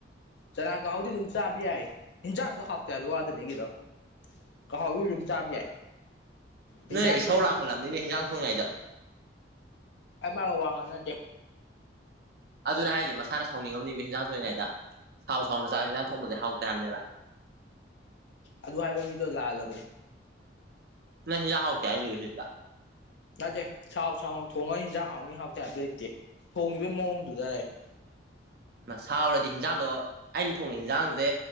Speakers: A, on the left; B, on the right.
A: ꯆꯅꯥ ꯀꯥꯍꯥꯎꯗꯤ ꯑꯗꯨꯝ ꯆꯥꯕ ꯌꯥꯏ ꯏꯟꯖꯥꯡꯗꯣ ꯍꯥꯎꯇꯦ ꯍꯥꯏꯕ ꯋꯥꯗꯅꯦ ꯑꯩꯒꯤꯗꯣ ꯀꯥꯡꯍꯧꯗꯤ ꯑꯗꯨꯝ ꯆꯥꯕ ꯌꯥꯏ ꯍꯤꯟꯖꯥꯡꯗꯨꯗꯤ
B: ꯅꯣꯏꯅ ꯏꯁꯧ ꯂꯥꯡꯈꯠꯂꯛꯕꯅꯤꯅꯦ ꯍꯤꯟꯖꯥꯡ ꯊꯣꯡꯏꯉꯩꯗ
A: ꯑꯩ ꯃꯥꯒ ꯋꯥ ꯉꯥꯡꯅꯗꯦ
B: ꯑꯗꯨꯅ ꯍꯥꯏꯖꯦ ꯃꯁꯥꯅ ꯁꯥꯎꯅꯤꯡꯉꯝꯅꯤꯕ ꯍꯤꯟꯖꯥꯡ ꯊꯣꯡꯏꯉꯩꯗ ꯁꯥꯎ ꯁꯥꯎꯅ ꯆꯥꯛ ꯍꯦꯟꯖꯥꯡ ꯊꯣꯡꯕꯖꯦ ꯍꯥꯎꯇꯦ ꯍꯥꯏꯕꯅꯦꯕ
A: ꯑꯗꯨ ꯍꯥꯏꯕ ꯃꯤꯗꯣ ꯂꯥꯜꯂꯕꯅꯦ
B: ꯅꯣꯢ ꯍꯤꯟꯖꯥꯡ ꯍꯥꯎꯇꯦ ꯍꯥꯏꯖꯦ
A: ꯅꯠꯇꯦ ꯁꯥꯎ ꯁꯥꯎꯅ ꯊꯣꯡꯉ ꯍꯤꯟꯖꯥꯡ ꯍꯥꯎꯅꯤ ꯍꯥꯎꯇꯦ ꯍꯥꯏꯕ ꯂꯩꯇꯦ ꯊꯣꯡꯉꯤꯕ ꯃꯑꯣꯡꯗꯨꯗ ꯂꯩ
B: ꯃꯥꯁꯥꯎꯔꯗꯤ ꯍꯤꯟꯖꯥꯡꯗꯣ ꯑꯩꯅ ꯊꯣꯡꯉꯤ ꯍꯤꯟꯖꯥꯡꯖꯦ